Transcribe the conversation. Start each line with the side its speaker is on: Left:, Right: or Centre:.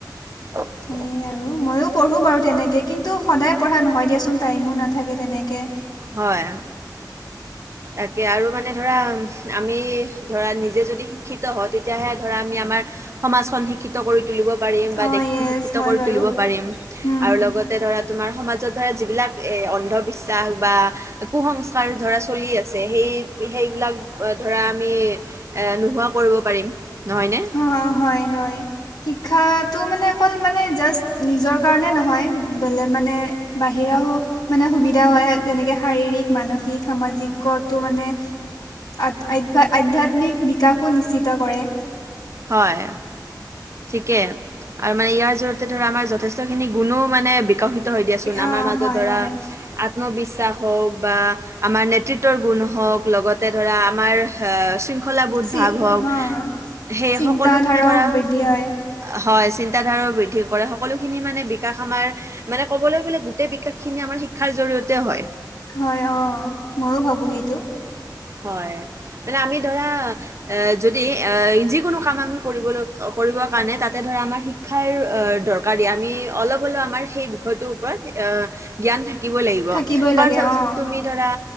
Right: <unintelligible>
Left: সেয়ে আৰু ময়ো পঢ়োঁ বাৰু তেনেকে কিন্তু সদায় পঢ়া নহয় দিয়াচোন টাইমো নাথাকে তেনেকে।
Right: হয়। তাকে আৰু মানে ধৰা আমি ধৰা নিজে যদি শিক্ষিত হওঁ তেতিয়াহে ধৰা আমি আমাৰ সমাজখন শিক্ষিত কৰি তুলিব পাৰিম বা
Left: অঁ
Right: দেশখন
Left: য়েছ
Right: শিক্ষিত
Left: হয়
Right: কৰি
Left: বাৰু
Right: তুলিব পাৰিম।
Left: উম,
Right: আৰু লগতে ধৰা তোমাৰ সমাজত ধৰা যিবিলাক অন্ধবিশ্বাস বা কুসংস্কাৰ ধৰা চলি আছে সেই সেইবিলাক ধৰা আমি এ নোহোৱা কৰিব পাৰিম, নহয়নে?
Left: অঁ হয় হয়। শিক্ষাটো মানে অকল মানে জাষ্ট নিজৰ কাৰণে নহয় বেলেগ মানে বাহিৰাও মানে সুবিধা হয় যেনেকে শাৰীৰিক, মানসিক, সামাজিকতো মানে আ আধ্যা আধ্যাত্মিক বিকাশো নিশ্চিত কৰে।
Right: হয় ঠিকে আৰু মানে ইয়াৰ যত তে ধৰা আমাৰ যথেষ্ট খিনি গুণো মানে বিকশিত হৈ দিয়াচোন
Left: অঁ
Right: আমাৰ মাজত
Left: হয়
Right: ধৰা
Left: হয়
Right: আত আত্মবিশ্বাস হওঁক বা আমাৰ নেতৃত্বৰ গুণ হওঁক লগতে ধৰা আমাৰ শৃংখলাবোধ
Left: চি
Right: ভাৱ হওঁক।
Left: হ
Right: সেই
Left: চিন্তাধাৰাও
Right: সকলোখিনি ধৰা-
Left: বৃদ্ধি হয়
Right: হয়, চিন্তাধাৰাৰো বৃদ্ধি কৰে সকলোখিনি মানে বিকাশ আমাৰ- মানে ক'বলৈ গ'লে গোটেই বিকাশ খিনি আমাৰ শিক্ষাৰ জৰিয়তে হয়।
Left: হয় অঁ ময়ো ভাবো সেইটো।
Right: হয়, মানে আমি ধৰা- এ যদি এহ যিকোনো কাম আমি কৰিবলৈ কৰিবৰ কাৰণে তাতে ধৰা আমাৰ শিক- ক্ষাৰ অঁ দৰকাৰী আমি অলপ হলেও আমাৰ সেই বিষয়টোৰ ওপৰত অঁ- জ্ঞান থাকিব লাগিব,
Left: থাকিবই
Right: কাৰণ
Left: লাগে
Right: চাবাচোন
Left: অ
Right: তুমি ধৰা